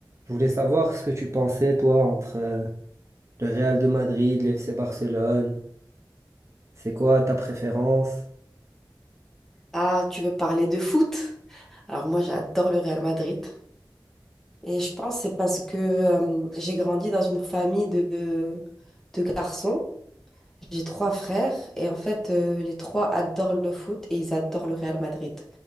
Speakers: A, on the right; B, in the centre.
A: Je voulais savoir ce que tu pensais, toi, entre euh, le Real de Madrid, le FC Barcelone. C'est quoi ta préférence?
B: Ah, tu veux parler de foot? Alors moi, j'adore le Real Madrid. Et je pense que c'est parce que euh, j'ai grandi dans une famille de, de garçons. J'ai trois frères et en fait, euh, les trois adorent le foot et ils adorent le Real Madrid.